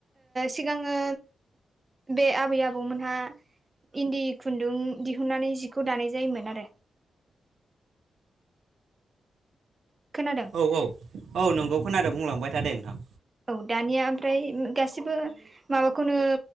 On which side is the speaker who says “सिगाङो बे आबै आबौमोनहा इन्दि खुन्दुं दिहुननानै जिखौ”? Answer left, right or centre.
Right